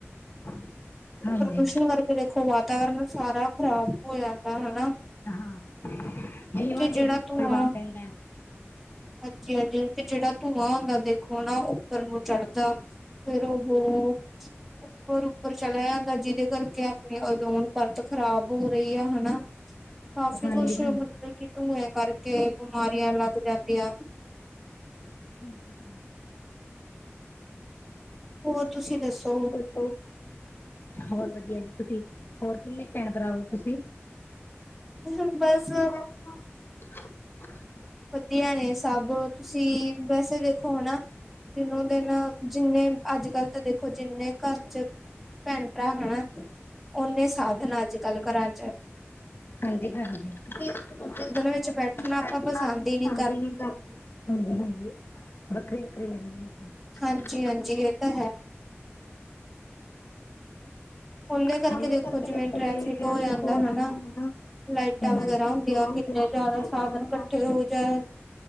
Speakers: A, on the left; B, in the centre.
A: <inaudible> ਹਾਂਜੀ
B: ਪ੍ਰਦੂਸ਼ਣ ਕਰਕੇ ਦੇਖੋ ਵਾਤਾਵਰਨ ਸਾਰਾ ਖ਼ਰਾਬ ਹੋ ਜਾਂਦਾ
A: ਖ਼ਰਾਬ
B: ਹਨਾ।
A: ਹੋ ਹਾਂ,
B: ਕਿਉਂਕਿ
A: ਜੀਵਾਂ ਤੇ
B: ਜਿਹੜਾ
A: ਵੀ
B: ਧੂੰਆਂ
A: ਪ੍ਰਭਾਵ ਪੈਂਦਾ।
B: ਹਾਂਜੀ-ਹਾਂਜੀ, ਤੇ ਜਿਹੜਾ ਧੂੰਆਂ ਹੁੰਦਾ ਦੇਖੋ ਨਾ, ਉੱਪਰ ਨੂੰ ਚੜ੍ਹਦਾ ਫਿਰ ਉਹ, ਉੱਪਰ-ਉੱਪਰ ਚਲਿਆ ਜਿਹਦੇ ਕਰਕੇ ਆਪਣੇ ਅਝੋਨ ਪਰਤ ਖ਼ਰਾਬ ਹੋ ਰਹੀ ਆ, ਹਨਾ। ਕਾਫੀ
A: ਹਾਂਜੀ-ਹਾਂਜੀ,
B: ਕੁਛ ਮਤਲਬ ਕਿ, ਧੂੰਏ ਕਾਰਕੇ ਬਿਮਾਰੀਆਂ ਲੱਗ ਜਾਂਦੀਆਂ।
A: ਹਾਂਜੀ।
B: ਹੋਰ, ਤੁਸੀਂ ਦੱਸੋ?
A: ਹੋਰ। ਹੋਰ ਵਧੀਆ ਜੀ ਤੁਸੀਂ, ਹੋਰ, ਕਿੰਨੇ ਭੈਣ ਭਰਾ ਹੋ ਤੁਸੀ?
B: <unintelligible> ਬਸ
A: ਪਰਾਂ
B: ਵਧੀਆ ਨੇ ਸਭ, ਤੁਸੀਂ, ਵੈਸੇ ਦੇਖੋ ਹੁਣ, ਦਿਨੋ-ਦਿਨ ਜਿੰਨੇ ਅੱਜ-ਕੱਲ ਤਾ ਦੇਖੋ ਜਿੰਨੇ ਘਰ'ਚ ਭੈਣ-ਭਰਾ ਹਣਾ ਓਂਨੇ ਸਾਧਨ ਆ, ਅੱਜ-ਕੱਲ ਘਰਾਂ'ਚ।
A: ਹਾਂਜੀ-ਹਾਂਜੀ, <unintelligible>
B: ਵਿੱਚ ਬੈਠਣਾ ਆਪਾਂ ਪਸੰਦ ਹੀ ਨਹੀਂ
A: ਹਾਂ, ਦੀਦੀ ਕੀ ਕਰਦੇ? ਹਾਂਜੀ-ਹਾਂਜੀ। ਵੱਖਰੇ-ਵੱਖਰੇ ਲੈਂਦੇ ਨੇ ਸਾ
B: ਹਾਂਜੀ ਹਾਂਜੀ
A: ਹੋਰ
B: ਇਹ ਤਾਂ ਹੈ ਉਹਦੇ
A: ਫਾਂਡੇ ਦੇ ਕਰਕੇ
B: ਜਿਵੇਂ
A: ਦੇਖੋ
B: ਟ੍ਰੈਫਿਕ
A: ਠੀਕ
B: ਜਾਂਦਾ
A: ਹੋ ਜਾਂਦਾ,
B: ਹਨਾ। ਲਾਈਟਾਂ
A: ਹਨਾ।
B: ਵਗੈਰਾ ਹੁੰਦੀਆਂ
A: <unintelligible> ਹੁੰਦਾ
B: ਕਿੰਨੇ ਜ਼ਿਆਦਾ ਸਾਧਨ
A: ਸਾਧ
B: ਇਕੱਠੇ
A: ਹੋ
B: ਜਾਣ